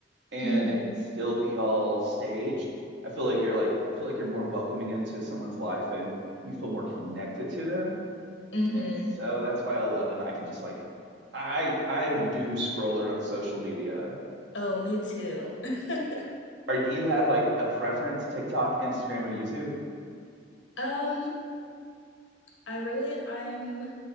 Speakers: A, on the right (about 70°); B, on the left (about 70°).
A: and
B: Mm-hmm.
A: it can still be all staged, I feel like you're like feel like you're more welcoming into someone's life and you feel more connected to them
B: Mm-hmm.
A: and so that's why I love and I can just like I I am a doom scroller on social media.
B: Oh, me too. <laughs>
A: Or do you have like a preference, TikTok, Instagram, or YouTube?
B: Um, I really, I'm,